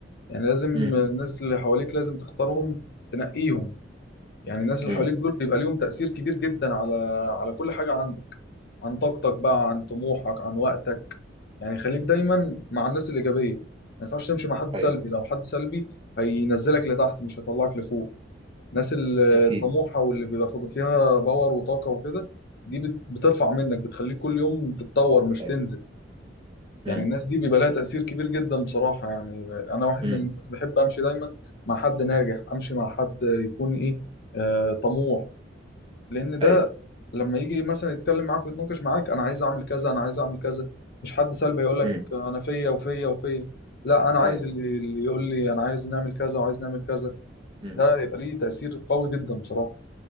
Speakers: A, on the left (about 55°); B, on the right (about 30°).
A: يعني لازم
B: امم
A: الناس اللي حواليك لازم تختارهم تنقيهم يعني الناس اللي
B: امم
A: حواليك دول بيبقى ليهم تأثير كبير جدا على على كل حاجة عندك عن طاقتك بقى عن طموحك عن وقتك يعني خليك دايما مع الناس الإيجابية ما ينفعش تمشي مع حد سلبي
B: ايوه
A: لو حد سلبي هينزلك لتحت مش هيطلعك لفوق الناس ال- الطموحة
B: اكيد
A: واللي بيبقى فوق- فيها باور وطاقة وكده دي بت- بترفع منك بتخليك كل يوم تتطور مش
B: ايوه
A: تنزل يعني
B: امم
A: الناس دي بيبقى لها تأثير كبير جدا بصراحة يعني أنا واحد
B: امم
A: من الناس بحب أمشي دايما مع حد ناجح أمشي مع حد يكون إيه آه، طموح لان ده
B: ايوه
A: لما يجي مثلا يتكلم معاك ويتناقش معاك انا عايز اعمل كذا انا عايز اعمل كذا مش حد سلبي هيقول لك
B: امم
A: انا فيا وفيا وفيا لا انا عايز
B: ايوه
A: اللي, اللي يقول لي انا عايز نعمل كذا وعايز نعمل كذا
B: امم
A: ده يبقى ليه تأثير قوي جدا بصراحة